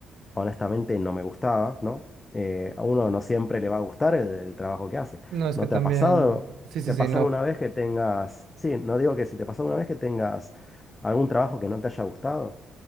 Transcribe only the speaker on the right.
No, es
que también,
sí, sí,
sí,
no.